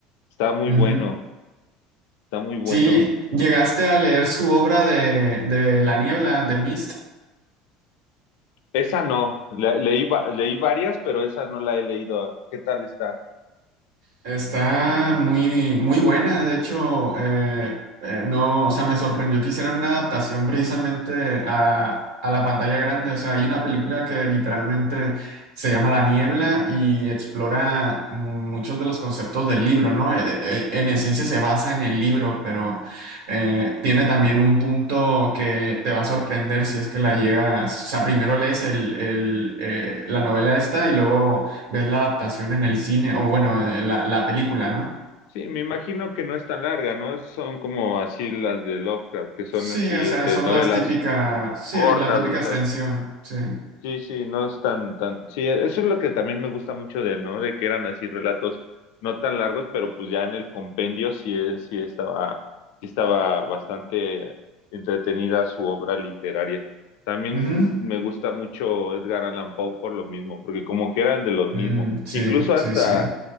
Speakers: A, on the left (about 70°); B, on the right (about 80°).
A: Está muy
B: ujú.
A: bueno, está muy bueno.
B: Sí, ¿llegaste a leer su obra de, de La niebla, de Mist?
A: Esa no, la- leí, va- leí varias, pero esa no la he leído. ¿Qué tal está?
B: Está muy, muy buena, de hecho, eh, eh, no, o sea, me sorprendió que hicieran una adaptación precisamente a, a la pantalla grande, o sea, hay una película que literalmente se llama La Niebla y explora mm, muchos de los conceptos del libro, ¿no? Eh, eh, en esencia se basa en el libro, pero eh, tiene también un punto que te va a sorprender si es que la llegas, o sea, primero lees el, el, eh, la novela esta y luego ves la adaptación en el cine, o bueno, eh, la, la película, ¿no?
A: Sí, me imagino que no es tan larga, ¿no? Son como así las de Lovecraft, que son
B: Sí,
A: así,
B: o sea,
A: este,
B: son
A: novelas
B: las típicas, sí,
A: cortas,
B: la típica
A: o sea,
B: extensión, sí.
A: Sí, sí, no es tan, tan. Sí, e, eso es lo que también me gusta mucho de él, ¿no? De que eran así relatos no tan largos, pero pues ya en el compendio sí, es- sí estaba, sí estaba bastante entretenida su obra literaria. También
B: Ujú.
A: me gusta mucho Edgar Allan Poe por lo mismo, porque como que eran de los mismos.
B: Mm, sí,
A: Incluso
B: sí,
A: hasta
B: sí.